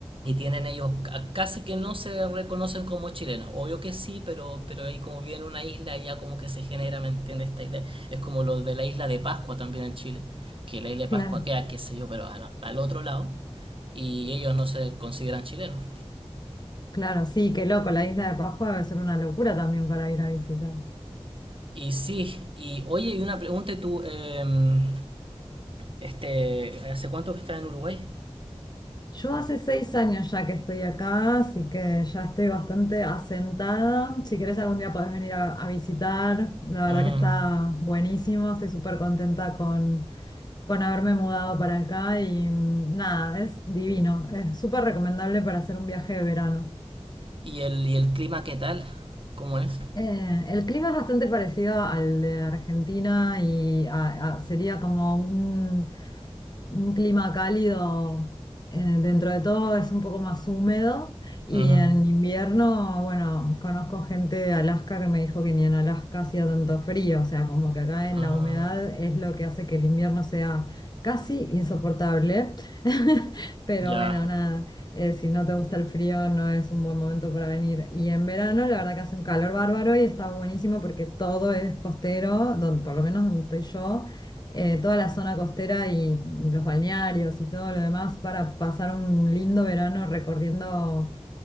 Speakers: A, on the right; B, on the left.
A: y tienen ellos, ca- casi que no se reconocen como chilenos. Obvio que sí, pero, pero ahí como viene una isla, ya como que se genera, ¿me entiendes? Esta idea. Es como lo de la isla de Pascua también en Chile, que la isla de
B: claro,
A: Pascua queda, qué sé yo, pero a la- al otro lado, y ellos no se consideran chilenos.
B: claro, sí, qué loco, la isla de Pascua debe ser una locura también para ir a visitar.
A: Y sí, y oye, y una pregunta, y tú, em, este, ¿hace cuánto que estás en Uruguay?
B: Yo hace seis años ya que estoy acá, así que ya estoy bastante asentada. Si querés algún día podés venir a, a visitar. La
A: Mm,
B: verdad que está buenísimo. Estoy súper contenta con, con haberme mudado para acá y mm, nada, es divino. Es súper recomendable para hacer un viaje de verano.
A: ¿Y el, y el clima qué tal? ¿Cómo es?
B: Eh, el clima es bastante parecido al de Argentina y a- a- sería como un, un clima cálido, eh, dentro de todo es un poco más húmedo y
A: Ujú.
B: en invierno, bueno, conozco gente de Alaska que me dijo que ni en Alaska hacía tanto frío, o sea, como que acá en
A: Ah,
B: la humedad es lo que hace que el invierno sea casi insoportable, <laughs> pero
A: ya.
B: bueno, nada, eh, si no te gusta el frío no es un buen momento para venir. Y en verano, la verdad que hace un calor bárbaro y está buenísimo porque todo es costero, don- por lo menos donde estoy yo eh, toda la zona costera y, y los balnearios y todo lo demás para pasar un lindo verano recorriendo